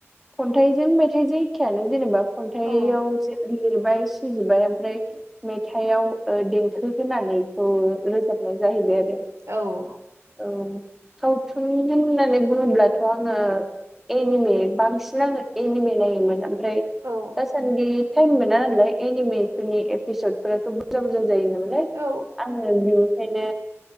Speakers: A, in the centre; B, on the right.
A: खन्थाइजों मेथाइजों एखेयानो जेनेबा खन्थाइआव
B: औ
A: जे लिरबाय सुजुबाय ओमफ्राय मेथाइआव देंखो होनानैखौ रोजाबनाय जाहैबाय आरो
B: औ
A: औ सावथुन होननानै बुङोब्लाथ' आङो एनिमे बांसिन एनिमे नायोमोन फ्राय
B: औ
A: दासान्दि टाइम मोना नालाय एनिमि फोरनि एपिसद फोरथ' बुरजा बुरजा जायो ना
B: औ
A: <unintelligible> आङो बिनिखायनो